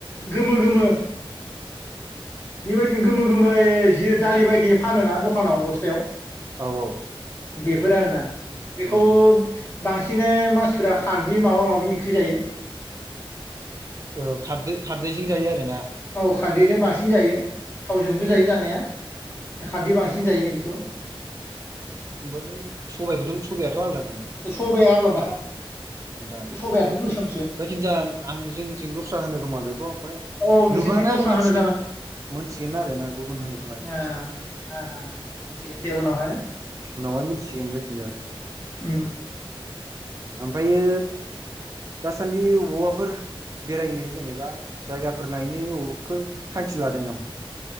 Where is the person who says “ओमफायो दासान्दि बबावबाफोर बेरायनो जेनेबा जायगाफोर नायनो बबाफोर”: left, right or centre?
Right